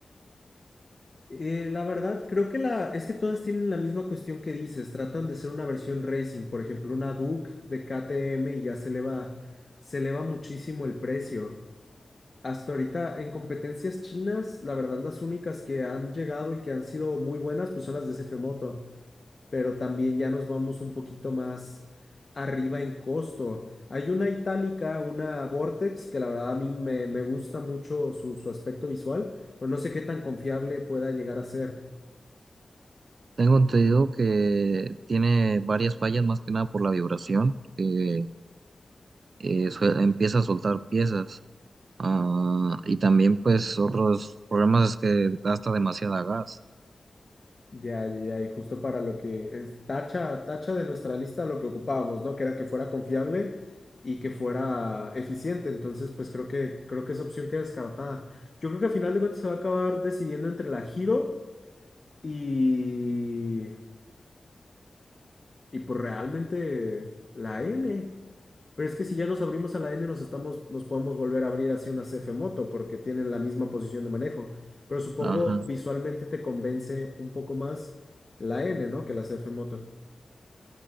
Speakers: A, on the left; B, on the right.
A: Eh, la verdad, creo que la, es que todas tienen la misma cuestión que dices, tratan de ser una versión racing, por ejemplo, una Duke de KTM y ya se eleva, se eleva muchísimo el precio. Hasta ahorita en competencias chinas, la verdad las únicas que han llegado y que han sido muy buenas pues son las de SF Moto, pero también ya nos vamos un poquito más arriba en costo. Hay una itálica, una Vortex, que la verdad a mí me, me gusta mucho su, su aspecto visual, pero no sé qué tan confiable pueda llegar a ser.
B: Tengo entendido que tiene varias fallas, más que nada por la vibración, que eh, sue- empieza a soltar piezas. Ah, y también pues otros problemas es que gasta demasiada gas.
A: Ya, ya, ya, y justo para lo que es tacha, tacha de nuestra lista lo que ocupábamos, ¿no? Que era que fuera confiable y que fuera eficiente. Entonces, pues creo que, creo que esa opción queda descartada. Yo creo que al final de cuentas se va a acabar decidiendo entre la Giro y, y pues realmente la N. Pero es que si ya nos abrimos a la N, nos estamos, nos podemos volver a abrir así una c f Moto, porque tienen la misma posición de manejo. Pero supongo
B: Ajá.
A: visualmente te convence un poco más la N, ¿no? Que la c f Moto.